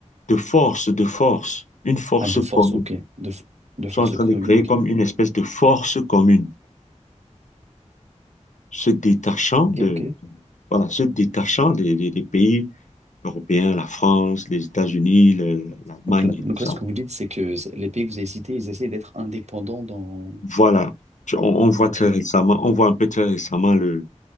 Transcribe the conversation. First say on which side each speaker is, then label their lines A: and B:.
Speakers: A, on the left; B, on the right.
A: de force, de force, une force
B: Ah, de force,
A: commune.
B: ok. De, f- de
A: sont
B: force
A: en train
B: commune,
A: de créer
B: ok.
A: comme une espèce de force commune, se détachant
B: Ok,
A: de,
B: ok.
A: voilà, se détachant des, des- des pays européens, la France, les États-Unis, le- l'Allemagne
B: Donc là,
A: et
B: donc
A: tout ça.
B: là, ce que vous dites, c'est que c'est- les pays que vous avez cités, ils essaient d'être indépendants dans...
A: Voilà, Tu- on, on voit
B: Ok.
A: très récemment, on voit un peu très récemment le,